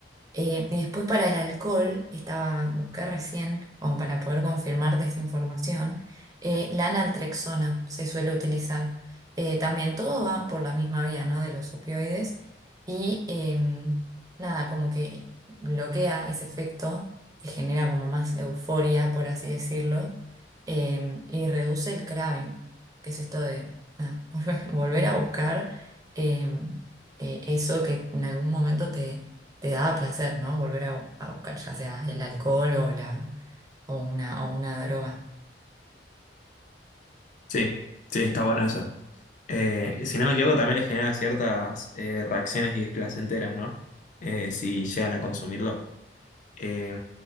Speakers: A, on the right; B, on the left.
A: Eh, y después para el alcohol, estaba, busqué recién, como para poder confirmarte esta información, eh, la naltrexona se suele utilizar. Eh, también todo va por la misma vía, ¿no? De los opioides. Y em, nada, como que bloquea ese efecto que genera como más euforia, por así decirlo, em, y reduce el craving, que es esto de nada, <laughs> volver volver a buscar em, eh, eso que en algún momento te te daba placer, ¿no? Volver a, bu- a buscar ya sea el alcohol o, la, o, una, o una droga.
B: Sí, sí, está bueno eso. Eh, si no me equivoco, también les genera ciertas eh, reacciones displacenteras, ¿no? Eh, si llegan a consumirlo. Eh,